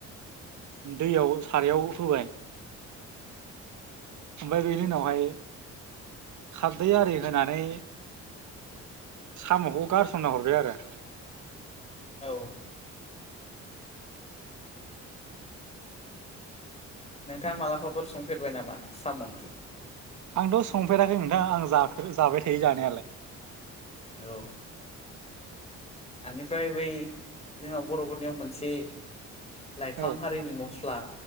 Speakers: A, on the right; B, on the left.
A: दैयाव। खारायाव होबाय। ओमफ्राय बेनि उनावहाय खारदै आरि होनानै। साम'खौ गारसनना हरबाय आरो।
B: औ नोंथाङा मालाबाफोर संफेरबाय नामा साम' ओंख्रि?
A: आंथ' संफेराखै नोंथां आं जाफेर-जाबाय थायो जानायालाय।
B: औ बेनिफ्राय बै जोंहा बर'फोरनियाव मोनसे। लाइफां
A: औ
B: हारिनि मस्ला